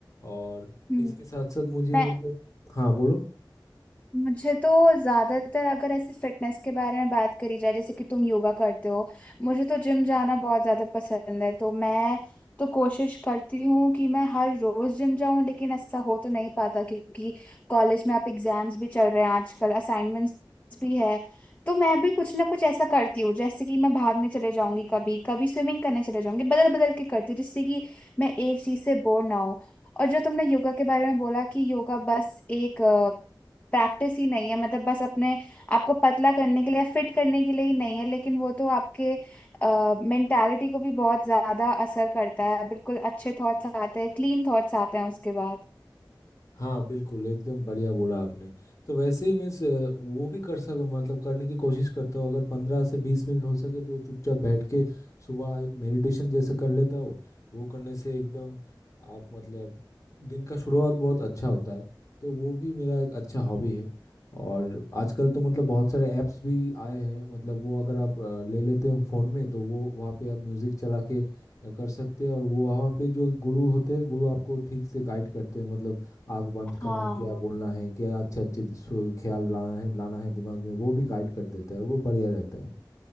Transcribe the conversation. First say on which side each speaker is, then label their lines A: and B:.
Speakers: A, on the left; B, on the left.
A: और
B: हम्म।
A: इसके साथ साथ मुझे
B: मैं
A: मतलब हाँ बोलो
B: मुझे तो ज्यादातर अगर ऐसे फिटनेस के बारे में बात करी जाए जैसे कि तुम योगा करते हो मुझे तो जिम जाना बहुत ज्यादा पसंद है तो मैं तो कोशिश करती हूँ कि मैं हर रोज जिम जाऊँ लेकिन ऐसा हो तो नहीं पाता क्योंकि कॉलेज में आप एग्जाम्स भी चल रहे हैं आजकल असाइनमेंट्स भी है तो मैं भी कुछ ना कुछ ऐसा करती हूँ जैसे कि मैं भागने चले जाऊंगी कभी कभी स्विमिंग करने चले जाऊंगी बदल बदल के करती हूँ जिससे कि मैं एक चीज से बोर ना हूँ और जो तुमने योगा के बारे में बोला कि योगा बस एक प्रैक्टिस ही नहीं है मतलब बस अपने आपको पतला करने के लिए फिट करने के लिए ही नहीं है लेकिन वो तो आपके मेंटालिटी को भी बहुत ज्यादा असर करता है बिल्कुल अच्छे थॉट्स आते हैं क्लीन थॉट्स आते हैं उसके बाद
A: हाँ बिल्कुल एकदम बढ़िया बोला आपने तो वैसे ही मीन्स वो भी कर सक मतलब करने की कोशिश करता हूँ अगर पंद्रह से बीस मिनट हो सके तो चुपचाप बैठ के सुबह एक मेडिटेशन जैसे कर लेता हूँ वो करने से एकदम आप मतलब दिन का शुरुआत बहुत अच्छा होता है तो वो भी मेरा एक अच्छा हॉबी है और आजकल तो मतलब बहुत सारे ऐप्स भी आए हैं मतलब वो अगर आप अ, ले लेते हैं फ़ोन में तो वो वहाँ पे आप म्यूज़िक चला के अ, कर सकते हैं और वो वहाँ पे जो गुरु होते हैं गुरु आपको ठीक से गाइड करते हैं मतलब आग बंद
B: हाँ
A: करने क्या बोलना है क्या अच्छे अच्छे सु- ख्याल लाना है लाना है दिमाग में वो भी गाइड कर देता है वो बढ़िया रहता है